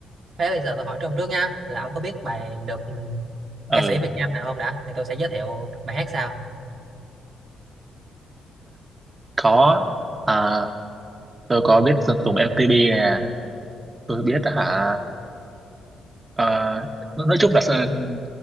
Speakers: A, on the right (about 55°); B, on the right (about 25°).
A: Thế bây giờ tôi hỏi trong trước nha, là ông có biết bài được ừ,
B: ừ
A: ca sĩ Việt Nam nào không đã? Thì tôi sẽ giới thiệu bài hát sau.
B: có à, tôi có biết Sơn Tùng MTP nè tôi biết hả ờ, nói chung là Sơn-